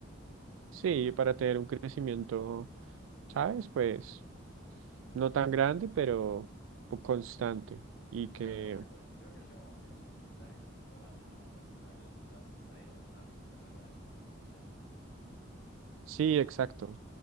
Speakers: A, on the right; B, on the left.
A: Sí, para tener un crecimiento, ¿sabes? Pues no tan grande, pero po- constante y que
B: Claro, exacto, es que creo que llega un momento en que ya no necesitas el crecimiento grande, ¿no? O sea, simplemente necesitas salir donde estás, o sea, ya con eso es más que suficiente.
A: Sí, exacto,